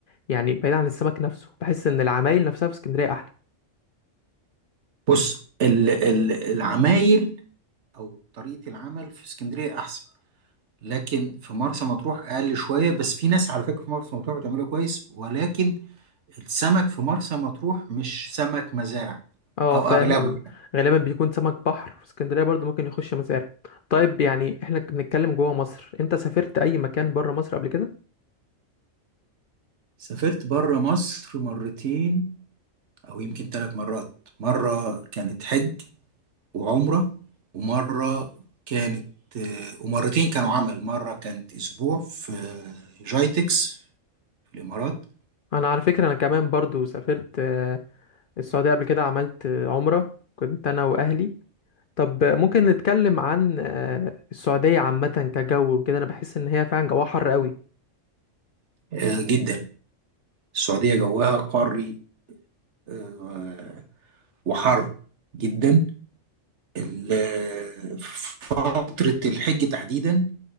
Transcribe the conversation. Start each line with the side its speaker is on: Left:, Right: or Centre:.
Left: يعني بعيد عن السمك نفسه بحس ان العمايل نفسها في اسكندريه احلى
Right: بص ال- ال- العمايل او طريقه العمل في اسكندريه احسن لكن في مرسى مطروح اقل شويه بس في ناس على فكره في مرسى مطروح بتعملها كويس ولكن السمك في مرسى مطروح مش سمك مزارع
Left: اه
Right: او
Left: فاهم
Right: اغلبه
Left: غالبا بيكون سمك بحر في اسكندريه برضو ممكن يخش مزارع طيب يعني احنا بنتكلم جوه مصر انت سافرت اي مكان بره مصر قبل كده
Right: سافرت بره مصر مرتين او يمكن ثلاث مرات مره كانت حج وعمره ومره كانت آه، ومرتين كانوا عمل مره كانت اسبوع في جايتكس في الامارات
Left: انا على فكره انا كمان برضو سافرت آه، السعوديه قبل كده عملت آه، عمره كنت انا واهلي طب ممكن نتكلم عن آه، السعودية عامة كجو وكده أنا بحس إن هي فعلا جواها حر قوي
Right: وجده السعودية جوها قاري آه، وحر جدا ال- فترة الحج تحديدا